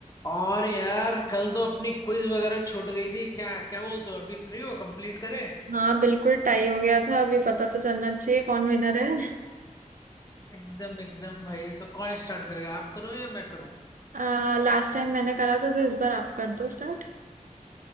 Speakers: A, on the left; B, on the right.
A: और यार कल तो अपनी क्विज वगैरह छूट गई थी क्या क्या बोलते हो अभी फ्री हो कंप्लीट करें
B: हाँ बिल्कुल टाई हो गया था अभी पता तो चलना चाहिए कौन विनर है
A: एकदम एकदम भाई तो कौन स्टार्ट करेगा आप करो या मैं करूं
B: आ, लास्ट टाइम मैंने करा था तो इस बार आप कर दो स्टार्ट